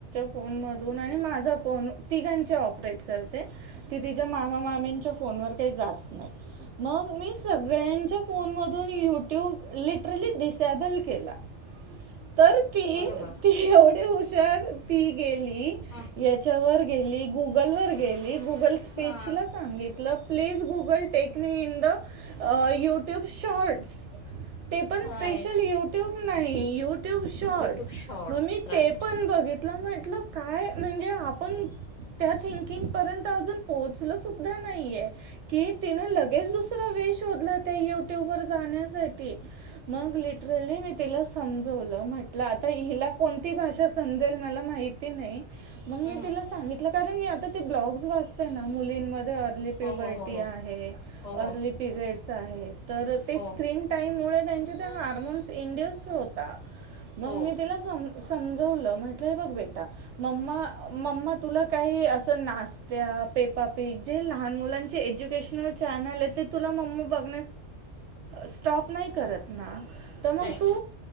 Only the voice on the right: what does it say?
फोन मधून माझा फोन तिघ परे करते त ति मामा मा फोन व काही जात नाही मग मी सगळ्यांच्या फोन मधून युट्यूब लिटरली डिसेबल केला ह तर ती
ती एवढे हुशार ती गेली
याच्यावर गेली गुगलवर गेली गुगल स्पेजला
सांगितलं please Google take me in the YouTube shorts ते पण
स्पेशल यूट्यूब नाही यूट्यूब शॉर्ट्स
मग मी
ते पण बघित लं म्ह म्हटलं काय म्हणजे आपण त्या थिंकिंग पर्यंत अजून पोहोचल सुद्धा नाहीये की तिन लगेच दुसरा वे शोध त्या युट्यूब व जाण्यासाठी मग लिटरली मी तिला समवलं म्हट आता ह कोणती भाषा समजेल मला माहि नाही म
मी तिला सित कारण मी आता ते ब्लॉग्स वाचते ना मुलींमध्ये म अर्ली प्युबरिटी
आहे
अर्ली
पिरियड्स आहेत तर ते
स्क्रीन टाईममुळे त्यांच्या ते हार्मोन्स इंड्यूस होतात मग
मी तिला स समजवलं म्हण बेटा म् म्मा तुला काही अस नात्या पेपा पीे लुकेशल च तु ब स करत्ना तर मग
तू